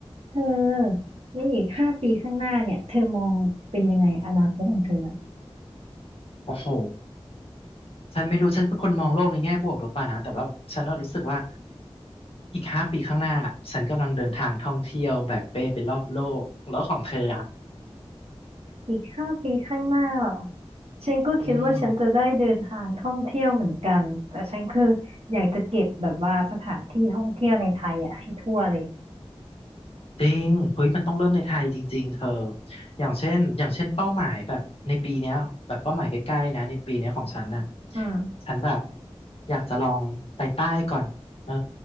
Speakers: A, on the right; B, on the left.
A: เธอในอีกห้าปี ข้างหน้าเนี่ย เธอมองเป็นยังไงอนาคตของเธออะ
B: โอ้โห ฉันไม่รู้ ฉันเป็นคนมองโลกในแง่บวกหรือเปล่านะ แต่ว่าฉันน่ะรู้สึกว่าอีกห้าปีข้างหน้าฉันกำลังเดินทางท่องเที่ยวแบกเป้ไปรอบโลกแล้วของเธออ่ะ
A: อีกห้าปี ข้างหน้าเหรอฉันก็คิดว่าฉันจะได้เดินทางท่องเที่ยวเหมือนกันแต่ฉันคืออยากจะเก็บแบบว่าสถานที่ท่องเที่ยวในไทยอ่ะให้ทั่วเลย
B: อืม จริงเฮ้ยมันต้องเริ่มในไทยจริงๆเธออย่างเช่นอย่างเช่นเป้าหมายแบบในปีเนี้ยแบบเป้าหมายใกล้ๆนะในปีเนี้ยของฉันน่ะ
A: อืม
B: ฉันแบบอยากจะลองไปใต้ก่อนเออ